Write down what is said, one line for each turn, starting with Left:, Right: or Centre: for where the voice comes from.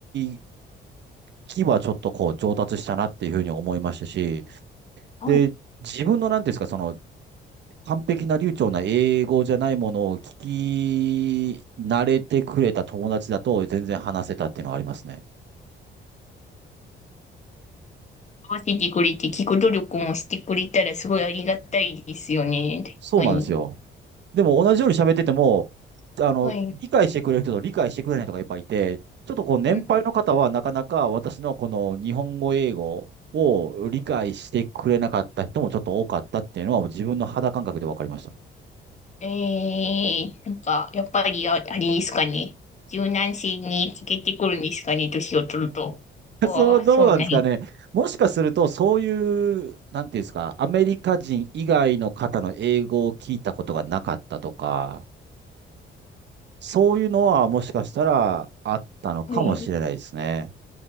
Right: き、聞きはちょっとこう上達したなっていうふうに思いましたし、
Left: はい。
Right: で、自分のなんていうんですか、その完璧な流暢な英語じゃないものを聞き慣れてくれた友達だと全然話せたっていうのはありますね。
Left: 合わせてくれて、聞く努力もしてくれたらすごいありがたいですよね。
Right: そうなんですよ。
Left: 確かに。
Right: でも同じように喋ってても、
Left: あ
Right: あの、
Left: はい。
Right: 理解してくれる人と理解してくれない人がいっぱいいて、ちょっとこう年配の方はなかなか私のこの日本語英語を理解してくれなかった人もちょっと多かったっていうのは自分の肌感覚で分かりました。
Left: うん。えー、なんか、やっぱりあ、あれですかね。柔軟性に欠けてくるんですかね、年を取ると。
Right: <laughs>
Left: わあ、
Right: そう、どうなんですかね。
Left: そうなんや。
Right: もしかすると、そういう、なんていうんですか、アメリカ人以外の方の英語を聞いたことがなかったとか、そういうのはもしかしたらあったのかもしれないですね。
Left: はい。